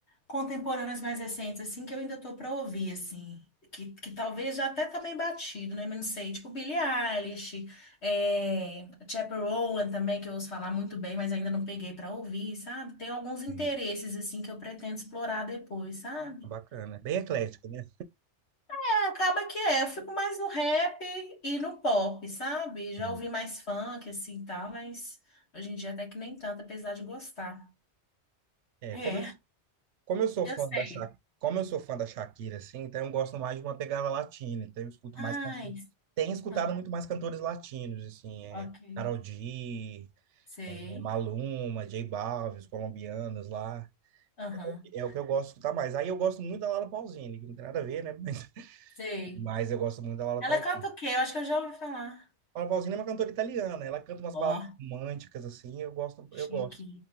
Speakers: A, on the left; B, on the right.
A: contemporâneas mais recentes, assim, que eu ainda tô pra ouvir, assim. Que, que talvez já até também batido, né? Mas não sei. Tipo Billie Eilish, é, Chappell Roan também, que eu ouço falar muito bem, mas ainda não peguei pra ouvir, sabe? Tem alguns interesses,
B: Sim.
A: assim, que eu pretendo explorar depois, sabe?
B: Bacana. Bem eclético, né?
A: É, acaba que é. Eu fico mais no rap e no pop, sabe? Já
B: Sim.
A: ouvi mais funk, assim, e tal, mas hoje em dia até que nem tanto, apesar de gostar.
B: É,
A: É,
B: como eu, como eu sou
A: eu
B: fã
A: sei.
B: da Sha, como eu sou fã da Shakira, assim, então eu gosto mais de uma pegada latina. Então eu escuto
A: Ai,
B: mais cantores. Tenho escutado
A: ah,
B: muito mais cantores latinos, assim, é
A: ok.
B: Karol G,
A: Sei.
B: é, Maluma, J Balvin, os colombianos lá.
A: Aham.
B: É o que eu gosto de escutar mais. Aí eu gosto muito da Laura Pausini, que não tem nada a ver, né? <laughs>
A: Sei.
B: Mas eu gosto muito da Laura
A: Ela
B: Pausini.
A: canta o quê? Eu acho que eu já ouvi falar.
B: Paula Pausini é uma cantora italiana, ela canta umas
A: Ó,
B: baladas românticas, assim, eu gosto,
A: chique.
B: eu gosto.